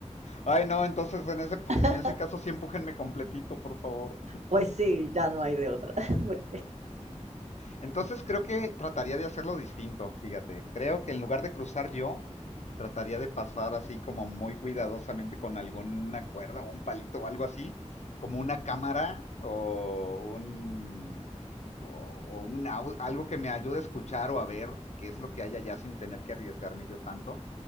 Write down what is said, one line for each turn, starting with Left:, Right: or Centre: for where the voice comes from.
Left: Ay no, entonces en ese,
Right: <laughs>
Left: en ese caso sí empújenme completito, por favor.
Right: Pues sí, ya no hay de otra, <laughs> porque...
Left: Entonces creo que trataría de hacerlo distinto, fíjate. Creo que en lugar de cruzar yo, trataría de pasar así como muy cuidadosamente con alguna cuerda o un palito o algo así, como una cámara o un o o un au- algo que me ayude a escuchar o a ver qué es lo que hay allá sin tener que arriesgarme yo tanto.